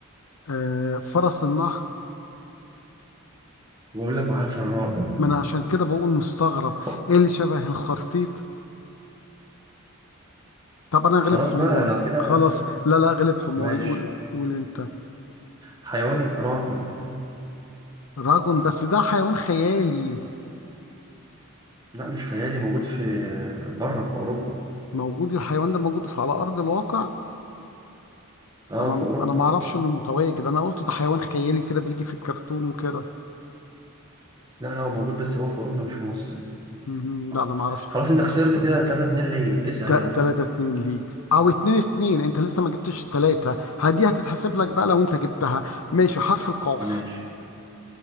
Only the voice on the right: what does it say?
بقول لك بحرف الراء
أوه،
خلاص
بقى لو كده
ماشي
حيوان راكن
لا مش خيالي موجود في بره في أوروبا
اه
في أوروبا
لا لا هو موجود بس هو في أوروبا مش في مصر
آه.
خلاص انت خسرت كده 3 2 ليا اسأل
يلا
ماشي